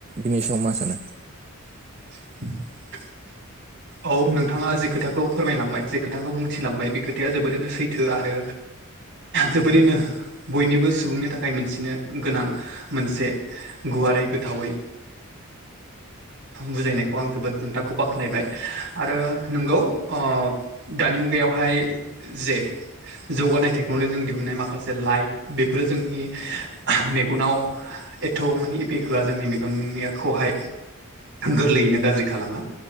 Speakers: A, on the right (about 30°); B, on the right (about 60°).
A: बिनि सायाव मा सानो
B: <inaudible> औ नोंथाङा जे खोथाखौ फोरमायलांबाय जे खोथाखौ बुंथिलांबाय बे खोथाया जोबोरैनो सैथो आरो जोबोरैनो बयनिबो सुबुंनि थाखाय मोनथिनो गोनां मोनसे गुवारै गोथावै बुजायनायखौ आं जोबोद नोंथांखौ बाख्नायबाय आरो नोंगौ ओ दानि मुगायावहाय जे जौगानाय टेक्न'लजिजों दिहुननाय माखासे लाइट बेफोर जोंनि मेगनाव एथ' मानिे एफेख होआ जोंनि मेगननियाखौहाय गोरलैयैनो गाज्रि खालामा